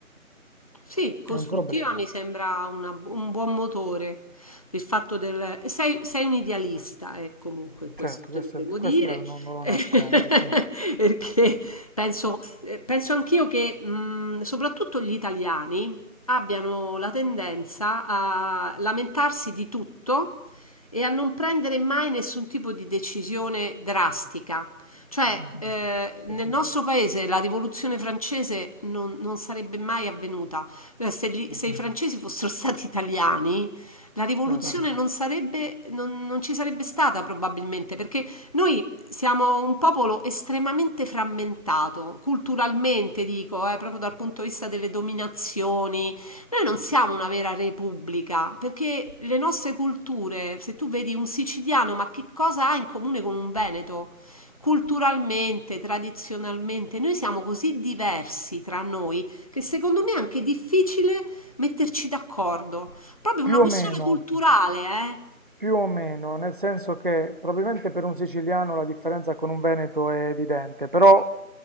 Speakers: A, on the left (about 25°); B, on the right (about 35°).
A: Sì, costruttiva
B: è un problema.
A: mi sembra una bu- un buon motore. Il fatto del... Sei, sei un idealista, eh, comunque, questo
B: Certo,
A: te
B: questo,
A: lo devo
B: è- questo
A: dire,
B: non, non lo
A: <laughs>
B: nascondo, sì.
A: perché penso, eh, penso anch'io che mh, soprattutto gli italiani abbiano la tendenza a lamentarsi di tutto e a non prendere mai nessun tipo di decisione drastica. Cioè,
B: Mm,
A: eh, nel
B: sì,
A: nostro paese la rivoluzione francese non non sarebbe mai avvenuta eh, Se, gli-
B: sì,
A: se i francesi fossero <laughs> stati italiani, la rivoluzione
B: certo.
A: non sarebbe, non, non ci sarebbe stata probabilmente, perché noi siamo un popolo estremamente frammentato, culturalmente dico, eh, proprio dal punto di vista delle dominazioni. Noi non siamo una vera repubblica, perché le nostre culture, se tu vedi un siciliano, ma che cosa ha in comune con un veneto? Culturalmente, tradizionalmente, noi siamo così diversi tra noi che secondo me è anche difficile metterci d'accordo. Proprio
B: Più
A: una questione
B: o meno.
A: culturale, eh?
B: Più o meno, nel senso che probabilmente per un siciliano la differenza con un veneto è evidente, però